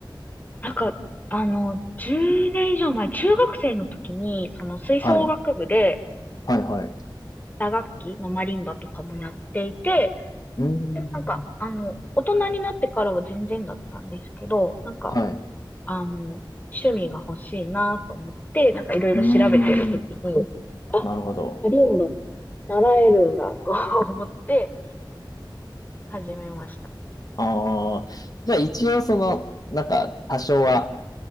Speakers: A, on the left; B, on the left.
A: なんか、あの、10年以上前、中学生の時に、その吹奏楽部で、
B: はい。はいはい。
A: うん打楽器、まあ、マリンバとかもやっていて、
B: うーん。
A: で、なんか、あの、大人になってからは全然だったんですけど、なんか、
B: はい。
A: あの、趣味が欲しいなと思って、なんかいろいろ調べてる時に、
B: うーん。なるほど。
A: マリンバ習えるんだと <laughs> 思って始めました。
B: あ <laughs> あ。じゃあ一応その、なんか多少は